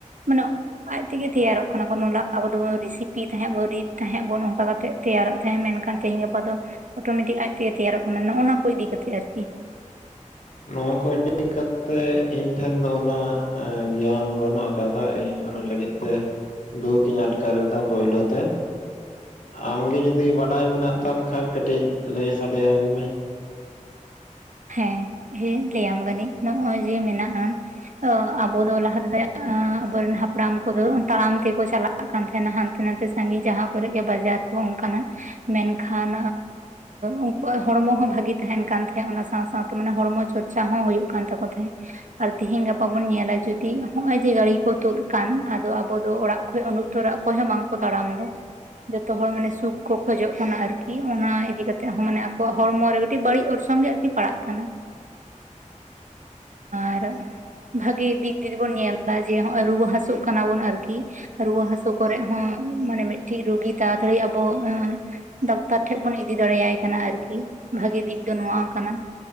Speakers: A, on the right (about 70°); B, on the left (about 80°).
A: ᱢᱟᱱᱮ ᱟᱡ ᱛᱮᱜᱮ ᱛᱮᱭᱟᱨᱚᱜ ᱠᱟᱱᱟ ᱜᱚᱱᱚ ᱱᱟ ᱟᱵᱚ ᱫᱚᱵᱚᱱ ᱨᱮ ᱥᱤᱯᱤ ᱛᱟᱦᱮᱸᱫ ᱵᱚᱱ ᱨᱤᱫ ᱛᱟᱦᱮᱸᱫ ᱵᱚᱱ ᱚᱱᱠᱟ ᱠᱟᱛᱮᱜ ᱛᱮᱭᱟᱨᱚᱜ ᱛᱟᱦᱮᱸ ᱢᱮᱱᱠᱷᱟᱱ ᱛᱮᱦᱤᱧ ᱜᱟᱯᱟ ᱫᱚ ᱚᱴᱳᱢᱮᱴᱤᱠ ᱟᱡ ᱛᱮᱜᱮ ᱛᱮᱭᱟᱨᱚᱜ ᱠᱟᱱᱟ ᱱᱚᱜ ᱱᱚᱣᱟ ᱠᱚ ᱤᱫᱤ ᱠᱟᱛᱮᱜ ᱟᱨᱠᱤ᱾
B: ᱱᱚᱣᱟ ᱠᱚ ᱤᱫᱤ ᱠᱟᱛᱮ ᱤᱧ ᱴᱷᱮᱱ ᱫᱚ ᱚᱱᱟᱜ ᱜᱮᱭᱟᱱ ᱵᱟᱹᱱᱩᱜ ᱟᱠᱟᱫᱟ ᱤᱧ ᱚᱱᱟ ᱞᱟᱹᱜᱤᱫ ᱛᱮ ᱫᱩᱠ ᱤᱧ ᱟᱴᱠᱟᱨᱮᱫᱟ ᱯᱳᱭᱞᱳ ᱛᱮ᱾ ᱟᱢᱜᱮ ᱡᱩᱫᱤ ᱵᱟᱰᱟᱭ ᱢᱮᱱᱟᱜ ᱛᱟᱢ ᱠᱷᱟᱱ ᱠᱟᱹᱴᱤᱡ ᱞᱟᱹᱭ ᱥᱟᱰᱮᱭᱟᱹᱧ ᱢᱮ᱾
A: ᱦᱮᱸ ᱦᱮᱸ ᱞᱟᱹᱭᱟᱢ ᱜᱟᱹᱱᱤᱡ ᱱᱚᱜ ᱚᱭ ᱡᱮ ᱢᱮᱱᱟᱜᱼᱟ ᱟᱵᱚ ᱫᱚ ᱞᱟᱦᱟ ᱛᱮᱫᱚ ᱟᱵᱚᱨᱮᱱ ᱦᱟᱯᱲᱟᱢ ᱠᱚᱫᱚ ᱛᱟᱲᱟᱢ ᱛᱮᱠᱚ ᱪᱟᱞᱟᱜ ᱠᱟᱱ ᱛᱟᱦᱮᱱᱟ ᱦᱟᱱᱛᱮ ᱱᱟᱛᱮ ᱥᱟᱜᱤᱧ ᱡᱟᱦᱟᱸ ᱠᱚᱨᱮ ᱜᱮ ᱵᱟᱡᱟᱨ ᱠᱚ ᱚᱱᱠᱟ ᱱᱟ ᱢᱮᱱᱠᱷᱟᱱ ᱩᱱᱠᱩᱣᱟᱜ ᱦᱚᱲᱢᱚ ᱦᱚᱸ ᱵᱷᱟᱜᱤ ᱛᱟᱦᱮᱱ ᱠᱟᱱ ᱛᱟᱦᱮᱸᱜ ᱚᱱᱟ ᱥᱟᱶ ᱥᱟᱶᱛᱮ ᱢᱟᱱᱮ ᱦᱚᱲᱢᱚ ᱪᱚᱨᱪᱟ ᱦᱚᱸ ᱦᱩᱭᱩᱜ ᱠᱟᱱ ᱛᱟᱠᱚ ᱛᱟᱦᱮᱸᱫ᱾ ᱟᱨ ᱛᱤᱦᱮᱧ ᱜᱟᱯᱟ ᱵᱚᱱ ᱧᱮᱞᱟ ᱡᱚᱫᱤ ᱱᱚᱜ ᱚᱭ ᱡᱮ ᱜᱟᱲᱤ ᱠᱚ ᱛᱩᱫ ᱟᱠᱟᱱ ᱟᱫᱚ ᱟᱵᱚ ᱫᱚ ᱚᱲᱟᱜ ᱠᱷᱚᱱᱚᱡ ᱩᱸᱰᱩᱜ ᱛᱚᱨᱟ ᱚᱠᱚᱭ ᱦᱚᱸ ᱵᱟᱝ‌ᱠᱚ ᱛᱟᱲᱟᱢ ᱫᱟ᱾ ᱡᱚᱛᱚ ᱦᱚᱲ ᱢᱟᱱᱮ ᱥᱩᱠ ᱠᱚ ᱠᱷᱚᱡᱚᱜ ᱠᱟᱱᱟ ᱟᱨᱠᱤ ᱚᱱᱟ ᱤᱫᱤ ᱠᱟᱛᱮᱜ ᱦᱚᱸ ᱢᱟᱱᱮ ᱟᱠᱚᱣᱟᱜ ᱦᱚᱲᱢᱚ ᱨᱮ ᱟᱹᱰᱤ ᱵᱟᱹᱲᱤᱡ ᱚᱨᱥᱚᱝ ᱜᱮ ᱟᱨᱠᱤ ᱯᱟᱲᱟᱜ ᱠᱟᱱᱟ᱾ ᱟᱨ ᱵᱷᱟᱜᱮ ᱫᱤᱠ ᱫᱤᱭᱮ ᱵᱚᱱ ᱧᱮᱞᱟ ᱡᱮ ᱦᱚᱸᱜ ᱚᱭ ᱨᱩᱣᱟᱹ ᱦᱟᱹᱥᱩᱜ ᱠᱟᱱᱟ ᱵᱚᱱ ᱟᱨᱠᱤ ᱨᱩᱣᱟᱹ ᱦᱟᱹᱥᱩ ᱠᱚᱨᱮᱜ ᱦᱚᱸ ᱢᱟᱱᱮ ᱢᱤᱫ ᱴᱮᱱ ᱨᱩᱜᱤ ᱛᱟᱲᱟᱛᱟᱲᱤ ᱟᱵᱚ ᱰᱚᱠᱴᱚᱨ ᱴᱷᱮᱡ ᱵᱚᱱ ᱤᱫᱤ ᱫᱟᱲᱮᱭᱟᱭ ᱠᱟᱱᱟ ᱟᱨᱠᱤ ᱵᱷᱟᱜᱤ ᱫᱤᱠ ᱫᱚ ᱱᱚᱣᱟ ᱠᱟᱱᱟ᱾